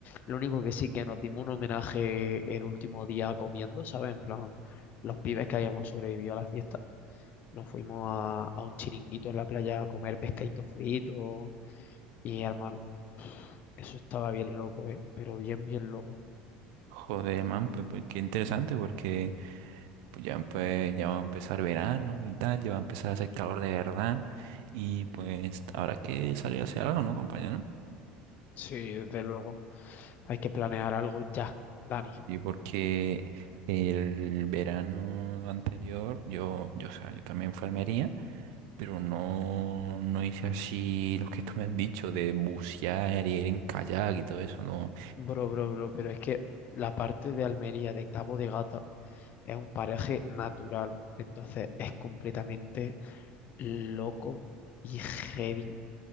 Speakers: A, on the left; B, on the right.
A: Lo único que sí que nos dimos un homenaje el último día comiendo, ¿sabes? En plan, los pibes que habíamos sobrevivido a la fiesta. Nos fuimos a, a un chiringuito en la playa a comer pescadito frito y hermano, eso estaba bien loco, ¿eh? Pero bien, bien loco.
B: Joder, man, pues, pues, qué interesante porque pues, ya, pues, ya va a empezar verano y tal, ya va a empezar a hacer calor de verdad y pues habrá que salir a hacer algo, ¿no, compañero? No,
A: Sí, desde luego. Hay que planear algo ya, Dani.
B: Y porque el verano anterior yo, yo, o sea, yo también fui a Almería, pero no, no hice así lo que tú me has dicho de bucear y ir en kayak y todo eso, no
A: Bro, bro, bro, pero es que la parte de Almería de Cabo de Gata es un paraje natural, entonces es completamente loco y heavy